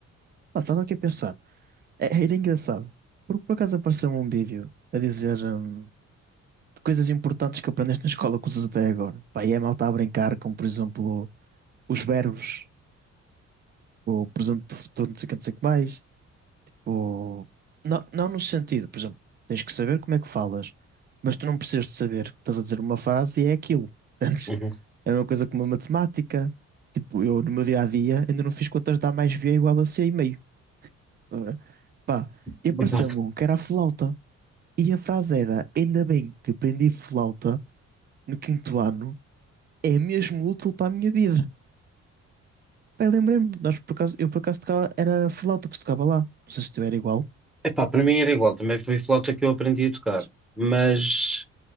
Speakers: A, on the right; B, in the centre.
A: Pá, estava aqui a pensar, É- era engraçado, porque por acaso apareceu um vídeo a dizer hum, de coisas importantes que aprendeste na escola que usas até agora. Pá, e é malta a brincar com, por exemplo, os verbos, o presente do futuro, não sei o que, não sei o que mais. Ou... Não, não no sentido, por exemplo, tens que saber como é que falas, mas tu não precisas de saber que estás a dizer uma frase e é aquilo. <laughs> Antes,
B: Uhum.
A: é uma coisa como a matemática. Tipo, eu no meu dia a dia ainda não fiz contas de A mais B é igual a C e meio. Estás a ver? Pá, e
B: Então,
A: apareceu-me um que era a flauta. E a frase era: Ainda bem que aprendi flauta no quinto ano, é mesmo útil para a minha vida. Pá, e lembrei-me, nós por acaso, eu por acaso tocava, era a flauta que se tocava lá. Não sei se tu era igual.
B: epá, para mim era igual, também foi flauta que eu aprendi a tocar.
A: mas-
B: Mas,